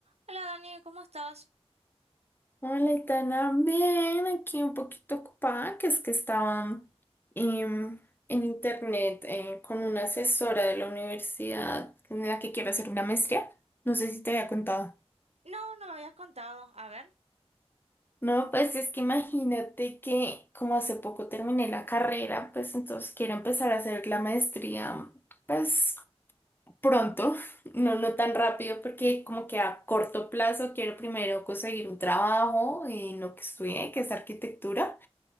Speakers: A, on the right (about 75°); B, on the left (about 20°).
A: Hola Dani, ¿cómo estás?
B: Hola, Itana. Bien, aquí un poquito ocupada, que es que estaba em, en internet eh, con una asesora de la universidad en la que quiero hacer una maestría. No sé si te había contado.
A: No, no me habías contado. A ver,
B: No, pues es que imagínate que como hace poco terminé la carrera, pues entonces quiero empezar a hacer la maestría, pues pronto, <laughs> no, no tan rápido, porque como que a corto plazo quiero primero conseguir un trabajo en lo que estudié, que es arquitectura.